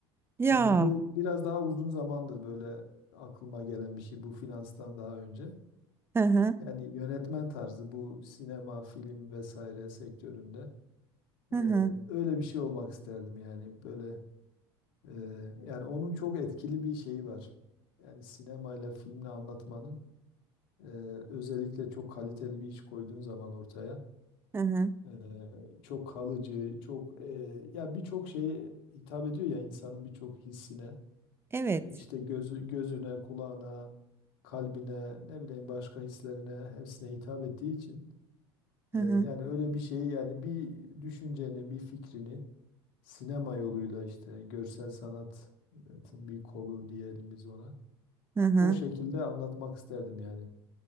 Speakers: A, on the right; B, on the left.
A: Ya.
B: Yani bu biraz daha uzun zamandır böyle aklıma gelen bir şey bu finanstan daha önce.
A: Hı hı.
B: Yani yönetmen tarzı bu sinema, film vesaire sektöründe e,
A: Hı hı.
B: öyle bir şey olmak isterdim yani böyle e, yani onun çok etkili bir şeyi var. Yani sinemayla filmle anlatmanın e, özellikle çok kaliteli bir iş koyduğun zaman ortaya
A: Hı hı.
B: e, çok kalıcı, çok e, ya birçok şeye hitap ediyor ya insanın birçok hissine.
A: Evet.
B: E, işte gözü, gözüne, kulağına, kalbine, ne bileyim başka hislerine hepsine hitap ettiği için
A: Hı
B: e,
A: hı,
B: yani öyle bir şeyi yani bir düşünceni, bir fikrini sinema yoluyla işte görsel sanatın bir kolu diyelim biz ona.
A: hı hı.
B: O şekilde anlatmak isterdim yani.